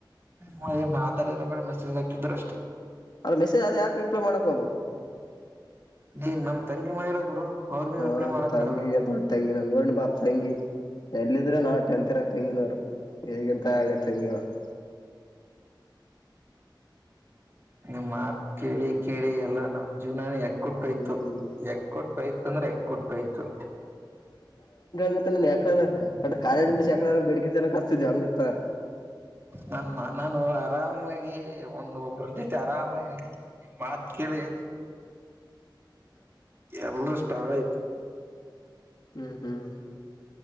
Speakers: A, on the right; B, on the left.
A: ಹೇ ಮಾತಡಿಲ್ಲ ಬಿಡು ಬರಿ ಮೆಸೇಜ್ ಹಾಕಿದ್ರು ಅಷ್ಟೇ
B: ಅಲ್ಲ ಮೆಸೇಜ್ ಅದ ಯಾಕೆ ರಿಪ್ಲೈ ಮಾಡಕ ಹೋಗ್ಬೇಕು
A: ನೀ ನಮ್ ತಂಗಿ ಮಾಡಿಲ್ಲ ಗುರು ಅವ್ರಿಗ
B: ಹಾ
A: ರಿಪ್ಲೈ ಮಾಡಕ್
B: ತಂಗಿ
A: ಬರಲ್ಲ
B: ತಂಗಿ ನಅಂತಾನಾನು ತಂಗಿ ಎಲ್ಲಿದ್ರೆ ನಾವು ಟೆಂತ್ರಕ ತಂಗಿನೇನವರು ಹೇಗಿಂತ ಆಗತ್ ಹತಂಗಿಯವ್ವ <inaudible>
A: ನಿಮ್ ಮತ್ ಕೇಳಿ ಕೇಳಿ ಎಲ್ಲಾ ನಮ್ಮ ಜೀವನನೇ ಏಕ್ ಯಕ್ಕುಂಟೋಯ್ತು
B: ಹ್ಮ್
A: ಯಕ್ಕುಂಟೋಯ್ತು ಅಂದ್ರೆ ಯಕ್ಕುಂಟೋಯ್ತು
B: ಇರ್ತಿದ್ದೆ ಅಂದ್ರೆ ಯಕ ಕಾಲೇಜ್ ಬಿಟ್ಟ <unintelligible>
A: ನಮ್ಮ ನಾನು ಆರಾಮಾಗಿ ಒಂದ ಒಬ್ಬರ ಜೊತೆ ಆರಾಮಾಗಿ ಮಾತ್ ಕೇಳಿ ಎಲ್ಲ ಹಾಳಾಯ್ತು
B: ಹ್ಮ್ ಹ್ಮ್